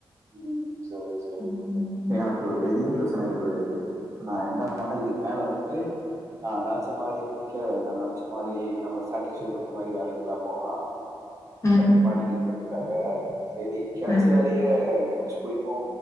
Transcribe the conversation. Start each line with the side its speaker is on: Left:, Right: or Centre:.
Right: ம் சேரி சேரி
Left: ம்
Right: இப்ப எனக்கு ஒரு பெரிய பிரச்சனை இது இருக்கு இப்ப நா என்ன <inaudible> இதுக் மேல வன்ட்டு நா என்ன ச்ச மாரி வந்து கே நா நெனச்ச மாதிரி நம்ள சட் கேசிய பட்ன மாரி வேலைக்கெல்லா போனா
Left: ம்
Right: கெடைக்க மாட்டிக்குதுங்றது தக செரி கெடச்ச
Left: ஆ
Right: வேலய அ குடிச்சு போய் இப்போ